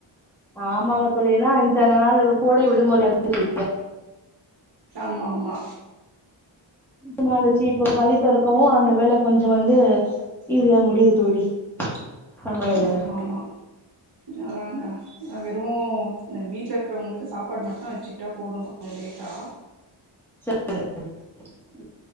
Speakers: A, in the centre; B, on the right.
A: ஆமாங்க தோழி ஏன்னா இத்தன நாள் கோடை விடுமுறை இருந்தது
B: ச ஆமா ஆமா
A: சுத்தமா அந்த சி போ பள்ளித்தெறக்கவு அந்த வேல கொஞ்ச வந்து இதுயா முடிது தோழி சமையல்
B: ஆமா
A: வேல
B: ஆமா அதாங்க வெறு வீட்ல இருக்கிறவங்களுக்கு சாப்பாடு மட்டு வச்சுக்கிட்டா போது கொஞ்ச லேட்டா
A: <unintelligible>